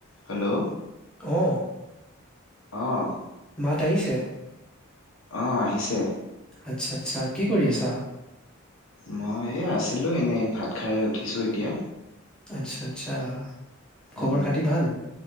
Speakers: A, on the left; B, in the centre.
A: Hello
B: অঁ
A: অ'
B: মাত আহিছে?
A: অ', আহিছে।
B: আচ্ছা, আচ্ছা, কি কৰি আছা?
A: মই, এইয়া আছিলোঁ এনেই ভাত খাই উঠিছোঁ এতিয়া।
B: আচ্ছা, আচ্ছা। খবৰ
A: উম,
B: খাতি ভাল